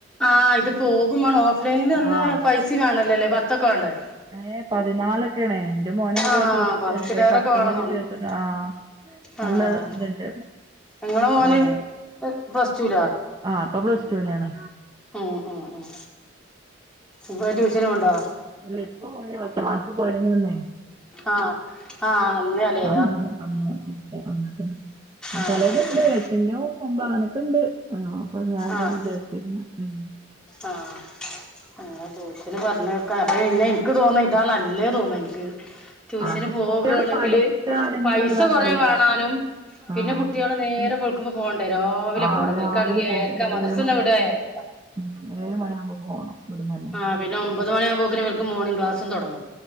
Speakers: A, in the centre; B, on the right.
A: ആഹ് ഇത് പോകും വാണം ഓഫ് ലൈനിൽ നല്ല
B: ആഹ്
A: പൈസിം ആണല്ലല്ലേ പത്തൊക്കെ വാണ്ടേ
B: ഏഹ് പതിനാലൊക്കേണ് ഇന്റെ മോന് ഇപ്പ
A: ആഹ്
B: പ്ലസ്
A: പത്തിലേറൊക്കെ
B: ടു ആണ് ക പത്ത്ന്നൊക്കെ
A: വേണന്ന് തോന്നുന്നു
B: ചേർത്തിട്ട് ആഹ് നല്ല
A: ആഹ്
B: ഇത്ണ്ട്ണ്ട്
A: നിങ്ങളെ മോന്
B: ആഹ്
A: പ്ലസ് ടൂലാ
B: ഇഹ് ആ ഇപ്പൊ പ്ലസ്റ്റുവിനാണ്
A: ഉം ഉം ഉം ഇപ്പൊ ട്യൂഷന് പോവ്ണ്ടോ
B: ഇല്ല ഇപ്പോ പോണില്ല പത്ത് മാസം പോരെ നിന്ന്
A: ആഹ് ആഹ് അന്ന് അലേ
B: ആഹ് ആഹ് ആഹ്
A: ആഹ്
B: പലതുണ്ട്
A: ശരി
B: <unintelligible> മുമ്പ് അനക്ക്ണ്ട് ആഹ് മ്മ്ഹ്
A: ആഹ്
B: <unintelligible>
A: ആഹ് അങ്ങനെ ട്യൂഷൻ പറഞ്ഞേക്കാ ആയ് പിന്നെയ് ഇക്ക് തോന്നാ ഇതാ നല്ലത് തോന്ന ഇനിക്ക് ട്യൂഷന്
B: ആഹ്
A: പോകാണെങ്കില്
B: കുട്ടികൾ പഠിക്കാണെങ്കിൽ
A: പൈസ
B: അതാ
A: കൊറേ
B: നല്ലത്
A: വേണാനും പിന്നെ
B: ആഹ്
A: കുട്ട്യേൾ നേരം
B: പിന്നെ
A: വെള് ക്കുമ്പോ പോണ്ടേ രാവിലെ
B: ആ
A: പോണം ഇവിൽക്കാണെങ്കി
B: രാവിലെ പോകും
A: ഏഴരക്കാ
B: ഏഴ്
A: മദ്രസന്നെ
B: മണിയാവും
A: വിടാ ഏഴരക്കാ
B: ഉം ഏഴ് മണിയാമ്പോ പോണം ഇവിട്ന്നെ
A: ആഹ് പിന്നെ ഒമ്പത് മണിയാകുമ്പോക്ക്ന് ഇബൽക്ക് മോണിംഗ് ക്ലാസും തൊടങ്ങും